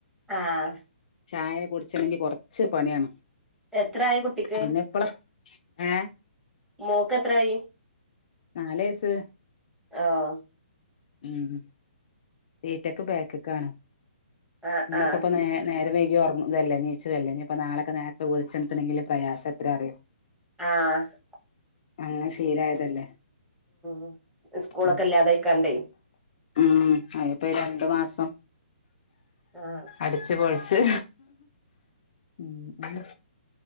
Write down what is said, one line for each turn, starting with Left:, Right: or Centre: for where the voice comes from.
Centre: അഹ് ആഹ്
Left: ചായ കുടിച്ചെണെങ്കി കൊർച്ച് പണിയാണ്
Centre: എത്രായി കുട്ടിക്ക്
Left: പിന്നെ ഇപ്പള ഏഹ്
Centre: മോക്ക് എത്രായി
Left: നാല് വയസ്സ്
Centre: ആഹ്
Left: ഉം തീറ്റക് ബേക്ക്ക്കാണ്
Centre: ആ
Left: ഇന്നൊക്കെപ്പ
Centre: ആ
Left: നേ നേരം വൈകി ഓറങ്ങ്ന്ന്തല്ലേ നീച്ചത് അല്ലെ ഇഞ്പ്പൊ നാളെക്കെ നേരത്തെ വിളിച്ചൊൺത്തണെങ്കില്ള്ള പ്രയാസം എത്രെ അറിയോ
Centre: ആഹ് അഹ്
Left: അങ്ങനെ ശീലായതല്ലേ
Centre: ഉം ഇസ്കൂളൊക്കെ
Left: ഉം
Centre: ഇല്ലാതയ്ക്കാണ്ടെയ്
Left: ഉം അയ്പ്പ ഈ രണ്ട് മാസം
Centre: ആ
Left: അടിച്ച് പൊൾച്ച് ഉം